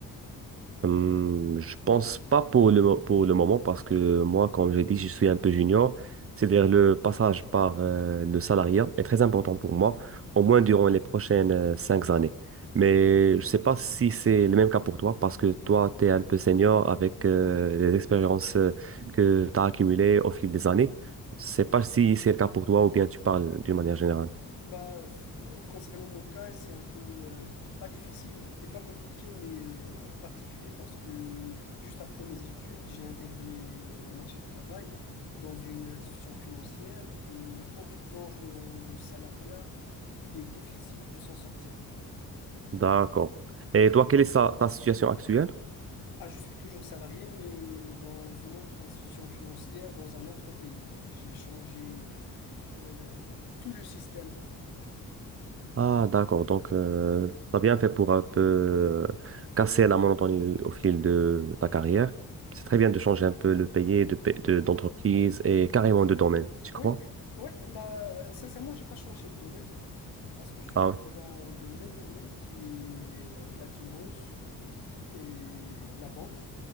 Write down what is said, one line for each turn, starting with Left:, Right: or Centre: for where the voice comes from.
Right: Hum, je pense pas pour le, mo- pour le moment parce que moi, comme j'ai dit, je suis un peu junior. C'est-à-dire le passage par euh, le salariat est très important pour moi, au moins durant les prochaines euh, cinq années. Mais je sais pas si c'est le même cas pour toi parce que toi, tu es un peu senior avec euh, les expériences euh, que tu as accumulées au fil des années. Je sais pas si c'est le cas pour toi ou bien tu parles d'une manière générale.
Left: Bah, f- euh, concernant mon cas, c'est un peu euh, pas difficile et pas compliqué, mais euh, un peu particulier parce que juste après mes études, j'ai intégré le marché du travail dans une institution financière et quand tu plonges dans le salariat, il est difficile de s'en sortir.
Right: D'accord. Et
Left: Et puis,
Right: toi, quelle est sa- ta situation actuelle?
Left: ah, je suis toujours salarié, mais dans une autre institution financière, dans un autre pays. Donc, j'ai changé euh, euh, tout le système, quoi.
Right: Ah, d'accord. Donc, euh, tu as bien fait pour un peu euh, casser la monotonie au fil de ta carrière. C'est très bien de changer un peu le pays, de, pa- de- d'entreprise et carrément de domaine, tu crois?
Left: Oui, et- ouais, bah, sincèrement, j'ai pas changé de domaine. Parce que je suis
Right: Ah,
Left: resté
Right: oui.
Left: dans le même domaine qui est euh, la finance euh, et la banque